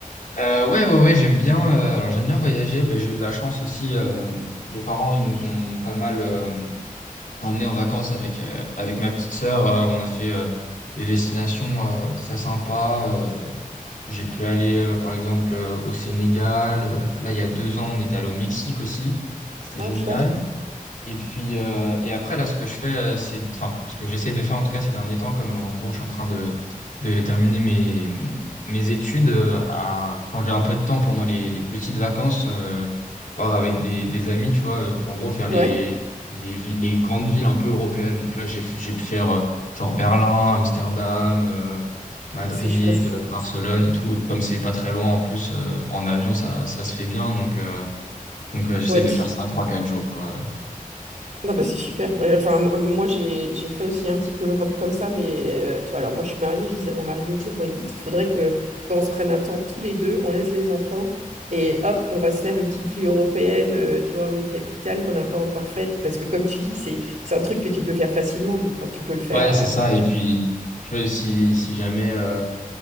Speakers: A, on the left (about 65°); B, on the right (about 60°).
A: Euh, ouais, ouais, ouais, j'aime bien, euh, alors j'aime bien voyager. Ben, j'ai eu de la chance aussi. euh, mes parents, ils nous ont pas mal euh, emmenés en vacances avec, euh, avec ma petite sœur. Euh, on a fait euh, des destinations euh, très sympas. euh, J'ai pu aller, euh, par exemple, euh, au Sénégal. Euh, Là, il y a deux ans, on est allé au Mexique aussi. C'était
B: Ah,
A: génial.
B: chouette.
A: Et puis, euh, et après, là, ce que je fais, euh, c'est, enfin, ce que j'essaye de faire, en tout cas, ces derniers temps, comme euh, en gros, je suis en train de, de terminer mes, mes études, euh, à- quand j'ai un peu de temps pendant les, les petites vacances, euh, part avec des, des amis, tu vois, euh, en gros, faire les,
B: Ouais,
A: les, vi- les grandes villes un peu européennes. Donc là, j'ai, j'ai pu faire, euh, genre Berlin, Amsterdam, euh, Madrid,
B: c'est chouette.
A: euh, Barcelone et tout. Comme c'est pas très loin, en plus, euh, en avion, ça, ça se fait bien. Donc, euh, donc, euh, j'essaie
B: Ouais,
A: de faire ça trois, quatre jours, quoi.
B: Non, bah, c'est super. Ouais, Enfin, m- moi, j'ai, j'ai fait aussi un petit peu l'Europe comme ça, mais euh, tu vois, alors moi, je suis mariée, je disais à mon mari l'autre jour, bon, écoute, il faudrait que, tu vois, on se prenne un temps tous les deux, on laisse les enfants, et hop, on va se faire une petite ville européenne, euh, tu vois, ou une capitale qu'on n'a pas encore faite, parce que comme tu dis, c'est, c'est un truc que tu peux faire facilement, donc quand tu peux le faire,
A: Ouais,
B: euh,
A: c'est ça. Et puis, tu vois, si, si jamais, euh,